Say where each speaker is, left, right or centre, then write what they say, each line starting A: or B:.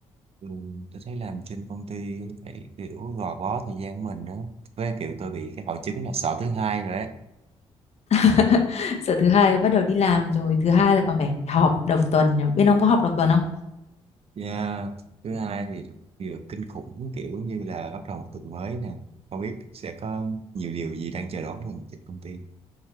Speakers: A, on the right; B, on the left.
A: Ừ, tôi thấy làm trên công ty phải kiểu gò bó thời gian của mình đó, với kiểu tôi bị cái hội chứng là sợ thứ hai rồi đấy.
B: <laughs> Sợ thứ hai là bắt đầu đi làm rồi, thứ hai là còn phải họp đầu tuần. nhỉ? Bên ông có họp đầu tuần không?
A: Yeah. Thứ hai thì vừa kinh khủng kiểu như là bắt đầu một tuần mới nè, không biết sẽ có nhiều điều gì đang chờ đón mình trên công ty.